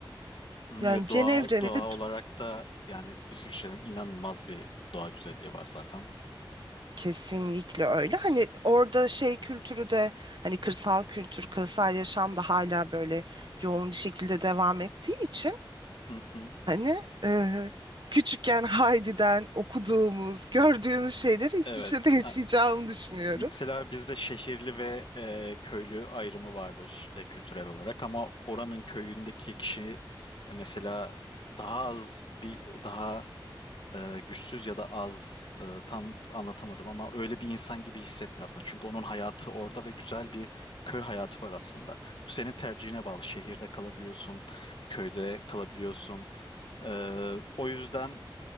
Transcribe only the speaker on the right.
yani Cenevre'li
ve
kesinlikle öyle. Hani orada şey kültürü de hani kırsal kültür, kırsal yaşam da hala böyle yoğun bir şekilde devam ettiği için
Hani eee, küçükken Heidi'den okuduğumuz, gördüğümüz şeyleri İsviçre'de
yaşayacağımı
düşünüyorum.